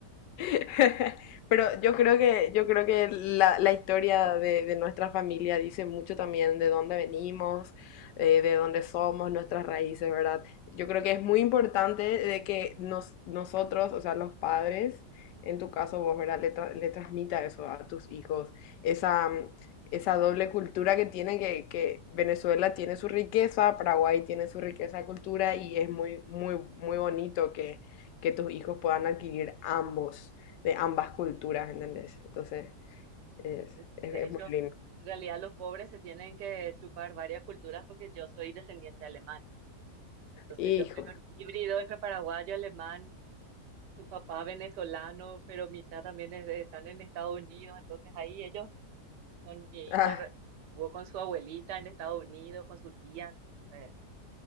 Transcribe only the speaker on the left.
<laughs> Pero yo creo que, yo creo que la, la historia de, de nuestra familia dice mucho también de dónde venimos, eh, de dónde somos, nuestras raíces, ¿verdad? Yo creo que es muy importante de que nos, nosotros, o sea, los padres, en tu caso vos, ¿verdad? Le, tra- le transmita eso a tus hijos, esa, mm, esa doble cultura que tiene, que, que Venezuela tiene su riqueza, Paraguay tiene su riqueza de cultura y es muy, muy, muy bonito que que tus hijos puedan adquirir ambos de ambas culturas, ¿entendés? Entonces, es,
es,
es
muy lindo.
Hijo,
ah,